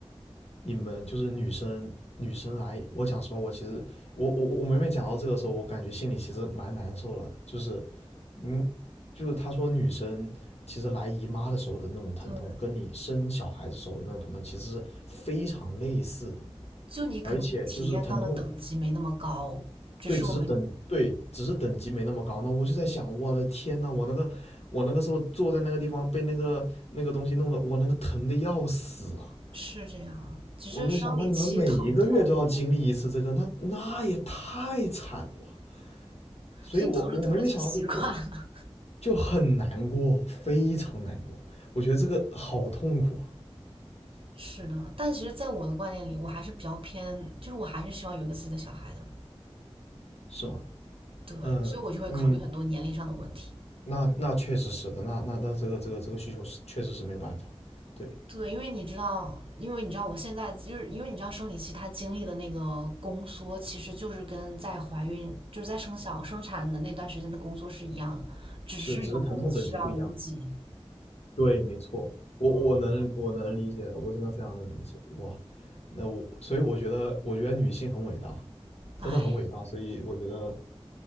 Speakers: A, on the left; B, on the right.
A: 你们就是女生女生来，我讲实话，我其实我我我每每讲到这个时候，我感觉心里其实蛮难受的，就是嗯，就是他说女生其实来姨妈的时候的那种疼痛，
B: 对，
A: 跟你生小孩子时候的那种疼痛其实是非常类似的，
B: 就你可能体验到的等级没那么高，
A: 而且就是疼痛。
B: 只是我们
A: 对，只是等，对，只是等级没那么高。那我就在想，我的天呐，我那个，我那个时候坐在那个地方被那个那个东西弄得，我那个疼的要死啊！
B: 是这样，只是生理期疼痛，
A: 我就想，那你们每一个月都要经历一次这个，那那也太惨了吧！所以我，
B: 是你疼着疼着就习惯了。
A: 我每每想到这个就就很难过，非常难过。我觉得这个好痛苦啊，
B: 是的，但其实，在我的观念里，我还是比较偏，就是我还是希望有一个自己的小孩的。
A: 是吗？
B: 对，
A: 嗯嗯，
B: 所以我就会考虑很多年龄上的问题。
A: 那那确实是的，那那那这个这个这个需求是确实是没有办法，对，
B: 对，因为你知道，因为你知道，我现在就是因为你知道生理期它经历的那个宫缩，其实就是跟在怀孕，就是在生小生产的那段时间的宫缩是一样的，只是有过期而无不及。
A: 是只是疼痛等级不一样，对，没错，我我能我能理解，我真的非常能理解，哇，那我所以我觉得我觉得女性很伟大，真的很伟大，
B: 唉，
A: 所以我觉得